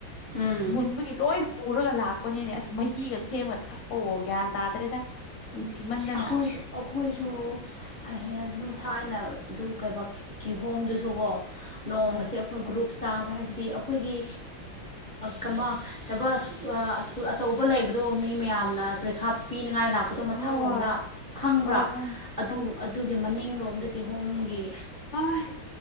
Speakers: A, on the right; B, on the left.
A: ꯎꯝ
B: ꯃꯨꯟꯕꯒꯤ ꯂꯣꯏ ꯄꯨꯔꯒ ꯂꯥꯛꯄꯅꯤꯅꯦ ꯑꯁ ꯃꯍꯤꯒ ꯁꯦꯝꯃ ꯊꯛꯄꯑꯣ ꯒ꯭ꯌꯥꯟ ꯇꯥꯗ꯭ꯔꯦꯗ ꯅꯨꯡꯁꯤꯃꯟꯗꯅ
A: ꯑꯩꯈꯣꯏ ꯑꯩꯈꯣꯏꯁꯨ ꯑꯗꯨꯝ ꯊꯥꯏꯅ ꯑꯗꯨ ꯀꯩꯕꯥꯛꯀꯤ ꯍꯣꯝꯗꯨꯁꯨꯀꯣ ꯅꯣꯡꯃꯁꯦ
B: ꯍꯣꯏ
A: ꯑꯩꯈꯣꯏ ꯒ꯭ꯔꯨꯞ ꯆꯥꯕ ꯍꯥꯏꯕꯗꯤ ꯑꯩꯈꯣꯏꯒꯤ ꯀꯃꯕ ꯁ꯭ꯀꯨꯜ ꯑꯆꯧꯕ ꯂꯩꯕꯗ ꯑꯗꯣ ꯃꯤ ꯃꯌꯥꯝꯅ ꯄꯔꯤꯈꯥ ꯄꯤꯅꯤꯡꯉꯥꯏ ꯂꯥꯛꯄ
B: ꯍꯣꯏ
A: ꯊꯛꯂꯣꯝꯗ
B: ꯍꯣꯏ
A: ꯈꯪꯕ꯭ꯔꯥ
B: ꯍꯣꯏ ꯈꯪꯉꯦ
A: ꯑꯗꯨ
B: ꯈꯪꯉꯦ
A: ꯑꯗꯨꯒꯤ ꯃꯅꯤꯡꯂꯣꯝꯗꯒꯤ ꯍꯣꯝꯒꯤ
B: ꯍꯣꯏ